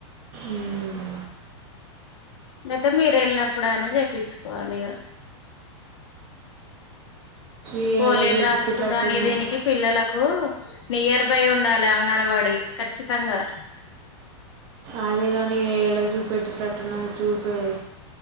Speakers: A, on the right; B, on the left.
A: ఉమ్
B: అయితేమీరు వెళ్ళినప్పుడు అయినా చేపించుకోవాలే ఇగ
A: ఏడ
B: పోలియో
A: చేపించేటట్టున్నది
B: డ్రాప్స్ కు దాని కి దీనికి పిల్లలకు నియర్ బై ఉ ఉండాలి అంగన్వాడి ఖచ్చితంగా
A: అదేగాని ఏడ చూపెట్టేటట్టు తుంది చూపే